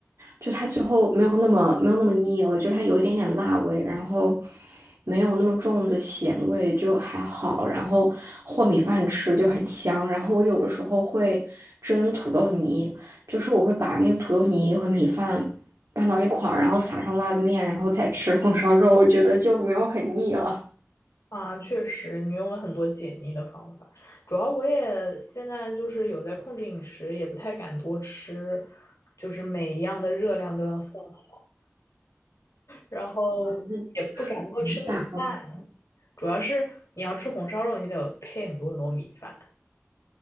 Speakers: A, on the right; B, on the left.
A: 就它最后没有那么没有那么腻了，就它有一点点辣味，然后没有那么重的咸味，就还好。然后和米饭吃就很香。然后我有的时候会蒸土豆泥，就是我会把那个土豆泥和米饭拌到一块儿，然后撒上辣子面，然后再吃红烧肉，我觉得就没有很腻了。
B: 啊，确实，你用了很多解腻的方法。主要我也现在就是有在控制饮食，也不太敢多吃，就是每一样的热量都要算好，然后也不敢多吃米饭，
A: 嗯那就是嗯大口
B: 主要是你要吃红烧肉，你得配很多很多米饭，